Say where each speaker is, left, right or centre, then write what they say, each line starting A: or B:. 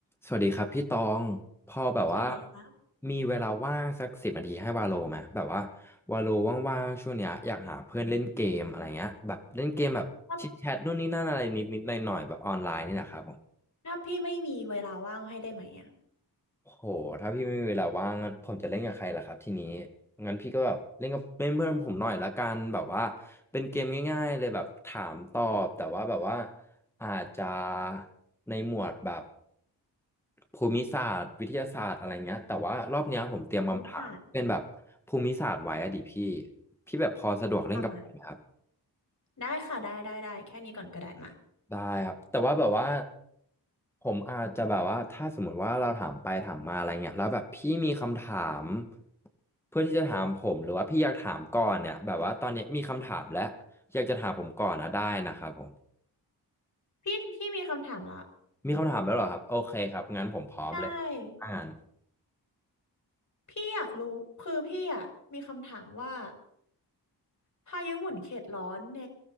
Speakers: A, in the centre; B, on the left.
A: สวัสดีครับพี่ตองพอแบบว่า
B: สวัสดีครับ
A: มีเวลาว่างสักสิบนาทีให้วาโลไหมแบบว่าวาโลว่างๆช่วงเนี้ยอยากหาเพื่อนเล่นเกมอะไรเงี้ยแบบเล่นเกมแบบชิดแชทนู่นนี่นั่นอะไรนิดๆหน่อยๆแบบออนไลน์นี่แหละครับผม
B: ถ้าถ้าพี่ไม่มีเวลาว่างให้ได้ไหมอ่ะ
A: โหถ้าพี่ไม่มีเวลาว่างผมจะเล่นกับใครล่ะครับทีนี้งั้นพี่ก็แบบเล่นกับเล่นเพื่อนผมหน่อยละกันแบบว่าเป็นเกมง่ายๆเลยแบบถามตอบแต่ว่าแบบว่าอาจจะในหมวดแบบภูมิศาสตร์วิทยาศาสตร์อะไรเงี้ยแต่ว่ารอบเนี้ยผมเตรียมคำถามเป็นแบบภูมิศาสตร์ไว้อะดิพี่
B: ภูมิศาสตร์
A: พี่แบบพอสะดวกเล่นกับผมไหมครับ
B: อ่ะมาได้ค่ะได้ได้ได้แค่นี้ก่อนก็ได้มา
A: ได้ครับแต่ว่าแบบว่าผมอาจจะแบบว่าถ้าสมมติว่าเราถามไปถามมาอะไรเงี้ยแล้วแบบพี่มีคำถามเพื่อที่จะถามผมหรือว่าพี่อยากถามก่อนเนี่ยแบบว่าตอนนี้มีคำถามแล้วอยากจะถามผมก่อนนะได้นะครับผม
B: พี่พี่มีคำถามละ
A: มีคำถามแล้วเหรอครับโอเคครับงั้นผมพร้อมเลยถ้างั้น
B: ใช่ พี่อยากรู้คือพี่อ่ะมีคำถามว่าพายุหมุนเขตร้อนใน